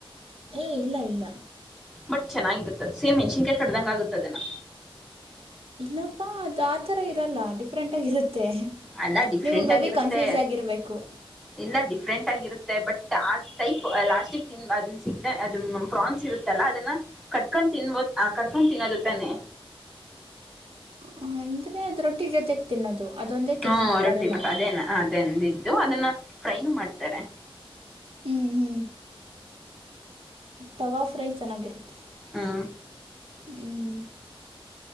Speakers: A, on the right; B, in the centre.
A: ಏ ಇಲ್ಲ ಇಲ್ಲ
B: ಬಟ್ ಚೆನ್ನಾಗಿರುತ್ತದೆ ಸೇಮ ಮೆಣಸಿನ್ಕಾಯಿ ಕಡ್ದಂಗ ಆಗತದನಾ
A: ಏನಪ್ಪಾ ಅದು ಆತರ ಇರಲ್ಲ ಡಿಫ್ರೆಂಟ್ ಆಗಿರುತ್ತೆ
B: ಅಲ್ಲ ಡಿಫ್ರೆಂಟ್
A: ನೀವು ಮೇ
B: ಆಗಿರುತ್ತೆ
A: ಬಿ ಕನ್ಫ್ಯೂಸ್ ಆಗಿರ್ಬೇಕು
B: ಇಲ್ಲ ಡಿಫ್ರೆಂಟ್ ಆಗಿರುತ್ತೆ ಬಟ್ ಆ ಟೈಪ್ ಲಾಸ್ಟಿಕ್ ಅದ ಸಿಗ ಅದು ಪ್ರಾನ್ಸ್ ಇರುತ್ತಲ್ಲ ಅದನ್ನ ಕಟ್ಕೊಂಡ್ ತಿನ್ಬೋದು ಕಟ್ಕೊಂಡ್ ತಿನ್ನೋದು ತಾನೆ
A: ಹ್ಮ ಅಂದ್ರೆ ಅದ ರೊಟ್ಟಿ ಜೊತೆಗೆ ತಿನ್ನೋದು ಅದೊಂದೇ ತಿನ್ನೋದು
B: ಹ್ಮ ರೊಟ್ಟಿ
A: ಬರಲ್ಲ
B: ಮತ್ತ ಅದೇನ ಅದಂದ ಇದಿದ್ದು ಅದನ್ನ ಫ್ರೈನು ಮಾಡ್ತಾರೆ
A: ಹ್ಞೂ ಹ್ಞೂ ತವಾ ಫ್ರೈ ಚೆನ್ನಾಗಿರುತ್ತೆ
B: ಹಾ
A: ಹ್ಮ್